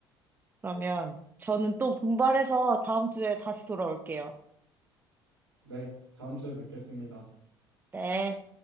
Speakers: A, on the right; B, on the right.
A: 그러면 저는 또 분발해서 다음 주에 다시 돌아올게요.
B: 네, 다음 주에 뵙겠습니다.
A: 네.